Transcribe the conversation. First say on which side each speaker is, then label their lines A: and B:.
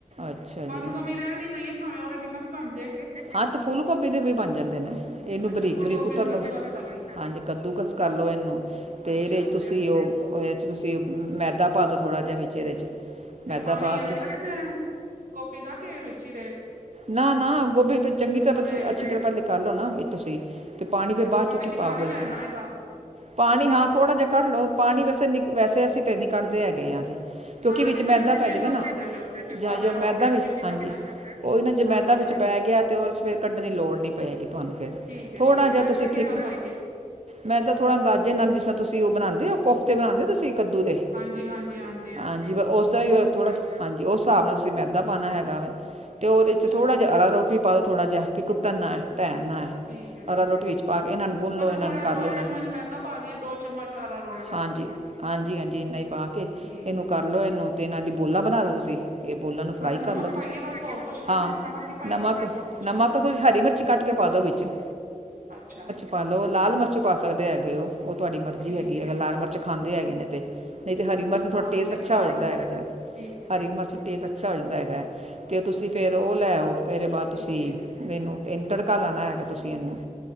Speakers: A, on the right (about 55°); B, on the right (about 80°).
A: ਅੱਛਾ
B: ਬੰਦ
A: ਜੀ
B: ਗੋਭੀ ਰਹਿ ਨੀ ਦਹੀਏ ਭਾਵੇਂ ਉਹਦੇ ਬਿਨਾਂ ਬਣਜੇ ਗੇ।
A: ਹਾਂ ਤੇ ਫੁੱਲ ਗੋਭੀ ਦੇ ਵੀ ਬਣ ਜਾਂਦੇ ਨੇ। ਇਹਨੂੰ
B: ਅੱਛਾ
A: ਬਰੀਕ-ਬਰੀਕ
B: ਫੁੱਲ ਗੋਭੀ
A: ਕੁਤਰ
B: ਨੂੰ ਕੱਦੂ
A: ਲਉ।
B: ਕਸ ਕਰ ਲਈਏ
A: ਹਾਂਜੀ, ਕੱਦੂ ਕਾਸ ਕਰ ਲਓ ਇਹਨੂੰ ਅਤੇ
B: ਅੱਛਾ
A: ਇਹਦੇ ਤੁਸੀਂ
B: ਫੇਰ
A: ਉਹ ਉਹਦੇ 'ਚ ਤੁਸੀਂ ਮੈਦਾ ਪਾ ਦਿਉ ਥੋੜ੍ਹਾ ਜਿਹਾ ਵਿੱਚ ਇਹਦੇ 'ਚ।
B: ਤੇ
A: ਮੈਦਾ
B: ਪਾਣੀ
A: ਪਾ
B: ਇਹਦਾ
A: ਕੇ
B: ਕੱਢਣਾ, ਗੋਭੀ ਦਾ ਕੇ ਵਿੱਚ ਹੀ ਰਏ
A: ਨਾ-ਨਾ ਗੋਭੀ ਚੰਗੀ ਤਰ੍ਹਾਂ
B: ਰਹੇ ਵਿੱਚ
A: ਅੱਛੀ ਤਰ੍ਹਾਂ ਪਹਿਲੇ ਕਰ ਲੋ ਨਾ ਤੁਸੀਂ ਪਾਣੀ ਫਿਰ
B: ਅੱਛਾ
A: ਬਾਅਦ
B: ਪਾਣੀ
A: ਚੋ ਕੀ
B: ਨਿਕਾਲਣਾ
A: ਪਾਓਗੇ ਤੁਸੀਂ?
B: ਹੈ ਨਾ ਇਹਦਾ
A: ਪਾਣੀ ਹਾਂ ਥੋੜ੍ਹਾ ਜਿਹਾ ਕੱਢ ਲਉ, ਪਾਣੀ ਵੈਸੇ ਨ ਵੈਸੇ ਅਸੀਂ ਤੇ ਨਹੀਂ ਕੱਢਦੇ ਹੈਗੇ ਆ ਹਜੇ‌। ਕਿਉਂਕਿ
B: ਹਾਂ
A: ਵਿੱਚ
B: ਕਿ ਜੇ
A: ਮੈਦਾ
B: ਤੁਸੀਂ
A: ਪੈ ਜਾਏਗਾ ਨਾ,
B: ਦੱਸਦੇ ਪਏ ਹੋ ਵਿੱਚ
A: ਜਾਂ
B: ਪਾਉਣਾ
A: ਜੋ ਮੈਦਾ
B: ਉਹ ਵੀ ਤੇ
A: ਵਿੱਚ
B: ਮਿਕਸ
A: ਹਾਂਜੀ,
B: ਕਰਨਾ
A: ਉਹ ਨਾ ਜੇ
B: ਹਾਂਜੀ
A: ਮੈਦਾ
B: ਹਾਂਜੀ
A: ਵਿੱਚ ਪੈ ਗਿਆ ਤੇ ਉਹ ਦੇ 'ਚ ਫੇਰ ਕੱਢਣ ਦੀ ਲੋੜ ਨੀ ਪਏਗੀ ਤੁਹਾਨੂੰ ਫੇਰ
B: ਠੀਕ ਹੈ
A: ਥੋੜ੍ਹਾ
B: ਠੀਕ ਹੈ
A: ਜਿਹਾ
B: ਮੈਦਾ
A: ਤੁਸੀਂ
B: ਕਿੰਨਾ
A: ਥਿੱਕ
B: ਪਾਈਏ
A: ਮੇਦਾ ਤਾਂ ਥੋੜ੍ਹਾ ਅੰਦਾਜ਼ੇ ਨਾਲ, ਜਿਸ ਤ੍ਹਾਂ ਤੁਸੀਂ ਉਹ ਬਣਾਉਂਦੇ ਉਹ ਕੋਫਤੇ ਬਣਾਉਂਦੇ ਤੁਸੀਂ ਕੱਦੂ ਦੇ।
B: ਹਾਂਜੀ, ਹਾਂਜੀ-ਹਾਂਜੀ।
A: ਹਾਂਜੀ, ਬਸ ਉਸਦਾ ਹੀ ਓ ਥੋੜ੍ਹਾ ਹਾਂਜੀ, ਉਸ ਹਿਸਾਬ ਨਾਲ ਤੁਸੀਂ ਮੈਦਾ ਪਾਣਾ ਹੈਗਾ ਵੇ ਤੇ ਉਹਦੇ
B: ਅੱਛਾ
A: 'ਚ ਥੋੜ੍ਹਾ ਜਿਹਾ ਅਰਾਰੋਟ ਵੀ ਪਾਦੋਂ ਥੋੜ੍ਹਾ ਜਿਹਾ ਕਿ ਟੁੱਟਣਾ ਨਾ ਇਹ ਢਹਿਣ ਨਾ ਇਹ
B: ਠੀਕ ਹੈ ਠੀਕ
A: ਅਰਾਰੋਟ
B: ਹੈ
A: ਵਿੱਚ ਪਾ ਕੇ ਇਹਨਾਂ ਨੂੰ ਗੁਨ ਲੋ,
B: ਮਤਲਬ
A: ਇਹਨਾਂ
B: ਥੋੜਾ
A: ਨੂੰ ਕਰਲੋ
B: ਦੋ
A: ਇਹਨਾਂ
B: ਚਮਚ
A: ਨੂੰ,
B: ਮੈਦਾ ਪਾ ਦੀਏ ਦੋ ਚਮਚ ਆਰਾ ਰੋੜ ਪਾ
A: ਹਾਂਜੀ
B: ਦੀਏ
A: ਹਾਂਜੀ-ਹਾਂਜੀ ਇੰਨਾਂ ਈ ਪਾ ਕੇ
B: ਠੀਕ
A: ਇਹਨੂੰ
B: ਹੈ
A: ਕਰਲੋ
B: ਠੀਕ
A: ਇਹਨੂੰ ਤੇ ਇਹਨਾਂ ਦੀ ਬੋਲਾ ਬਣਾ ਲੋ ਤੁਸੀਂ ਇਹ ਬੋਲਾਂ ਨੂੰ
B: ਤੇ
A: ਫਰਾਈ
B: ਪਤਾ ਨਮਕ
A: ਕਰ ਲਓ ਤੁਸੀਂ।
B: ਪਾਈਏ ਬਸ ਹੋਰ ਕੁਛ ਪਾਣਾ
A: ਹਾਂ
B: ਨਮਕ ਹੀ ਪਾਈਏ
A: ਨਮਕ,
B: ਹੋਰ ਕੁਛ
A: ਨਮਕ
B: ਵੀ
A: ਤੁਸੀਂ ਹਰੀ ਮਿਰਚ ਕੱਟ ਕੇ ਪਾ ਦਿਉ ਵਿੱਚ ਵਿੱਚ।
B: ਅੱਛਾ।
A: ਪਾ ਲਉ, ਲਾਲ ਮਿਰਚ ਪਾ ਸਕਦੇ ਹੈਗੇ ਔ ਉਹ ਤੁਹਾਡੀ ਮਰਜ਼ੀ
B: ਠੀਕ
A: ਹੈਗੀ
B: ਹੈ
A: ਆ,
B: ਠੀਕ
A: ਲਾਲ ਮਿਰਚ
B: ਹੈ
A: ਖਾਂਦੇ ਹੈਗੇ ਨੇ ਤੇ ਨਹੀਂ ਤਾਂ ਹਰੀ ਮਿਰਚ ਤੁਹਾਡੀ
B: ਹਾਂ
A: ਟੇਸਟ
B: ਨਹੀਂ
A: ਅੱਛਾ
B: ਖਾ
A: ਹੋ ਜਾਂਦਾ
B: ਲੈਂਦਾ
A: ਹੈਗਾ ਜਰਾ
B: ਠੀਕ ਹੈ ਠੀਕ
A: ਹਰੀ ਮਿਰਚ
B: ਹੈ
A: ਟੇਸਟ ਅੱਛਾ ਹੋ ਜਾਂਦਾ ਹੈਗਾ, ਤੇ ਤੁਸੀਂ ਫਿਰ ਉਹ ਲੈ ਆਉ ਇਹਦੇ ਬਾਅਦ
B: ਠੀਕ
A: ਤੁਸੀਂ
B: ਹੈ
A: ਇਹਨੂੰ ਤੜਕਾ ਲਾਉਣਾ ਹੈਗਾ ਤੁਸੀਂ ਇਹਨੂੰ